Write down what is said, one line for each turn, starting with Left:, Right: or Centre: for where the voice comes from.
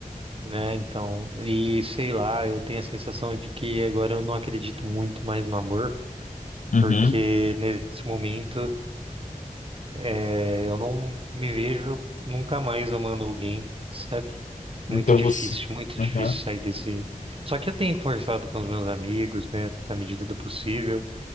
Right: né, então, e sei lá, eu tenho a sensação de que agora eu não acredito muito mais no amor,
Left: Uhum.
Right: porque nesse momento é, eu não me vejo nunca mais amando alguém, sabe? Muito
Left: Então
Right: difícil,
Left: você.
Right: muito
Left: Uhum.
Right: difícil sair desse. Só que eu tenho conversado com os meus amigos, né, na medida do possível,